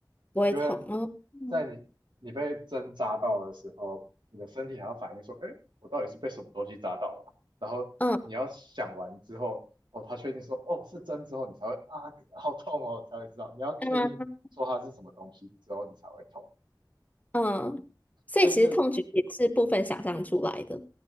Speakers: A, on the left; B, on the right.
A: 不会痛，
B: 因为
A: 哦，嗯
B: 在你你被针扎到的时候，你的身体还要反应说，哎，我到底是被什么东西扎到了啊然后你要想完之后，
A: 嗯
B: 哦，他确定说，哦，是针之后，你才会啊，好痛哦，才会知道。你要确定说它是什么东西之后，
A: 嗯
B: 你才会痛。
A: 嗯，所以其实痛觉也是部分想象出来的。
B: 但是，